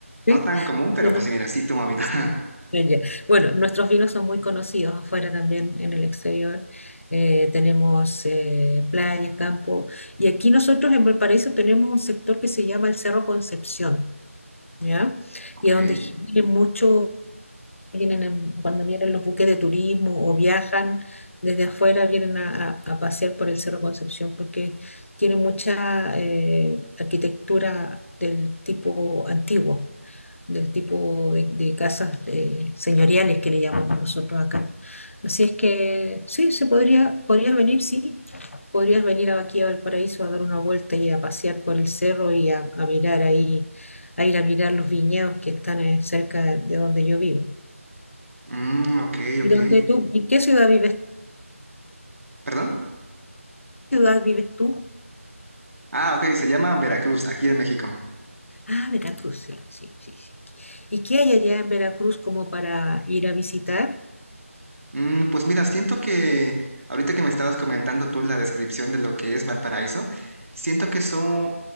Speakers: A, on the right; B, on the left.
A: No
B: Sí.
A: tan común,
B: Nosotros-
A: pero pues sí, mira, sí tomo vino.
B: sí.
A: <laughs>
B: Ah, ya. Bueno, nuestros vinos son muy conocidos afuera también, en el exterior. Eh, tenemos eh, playas, campo. Y aquí nosotros en Valparaíso tenemos un sector que se llama el Cerro Concepción, ¿ya?
A: Ok.
B: Y a donde vienen muchos vienen en- cuando vienen los buques de turismo o viajan desde afuera, vienen a, a- a pasear por el Cerro Concepción porque tiene mucha eh, arquitectura del tipo antiguo, del tipo de, de casas eh, señoriales que le llamamos nosotros acá. Así es que sí, se podría, podrías venir, sí, podrías venir aquí a Valparaíso a dar una vuelta y a pasear por el cerro y a, a mirar ahí, a ir a mirar los viñedos que están eh, cerca de donde yo vivo.
A: Mm, ok,
B: ¿Y
A: ok.
B: dónde tú? ¿En qué ciudad vives,
A: ¿Perdón?
B: ciudad vives tú?
A: Ah, ok, se llama Veracruz, aquí en México.
B: Ah, Veracruz, sí, sí, sí, sí. ¿Y qué hay allá en Veracruz como para ir a visitar?
A: Mm, pues mira, siento que ahorita que me estabas comentando tú la descripción de lo que es Valparaíso, siento que son,